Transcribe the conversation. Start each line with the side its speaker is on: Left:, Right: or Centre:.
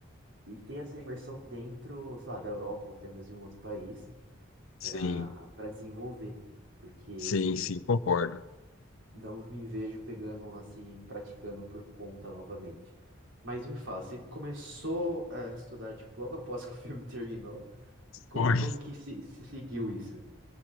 Right: E ter essa imersão dentro, sei lá, da Europa ou até mesmo em um outro país
Left: Sim,
Right: para para desenvolver, porque
Left: sim, sim, concordo.
Right: não me vejo pegando assim, praticando por conta novamente. Mas me fala, você começou a estudar tipo, logo após que o filme <laughs> terminou, e como,
Left: Foi.
Right: como que se, se seguiu isso?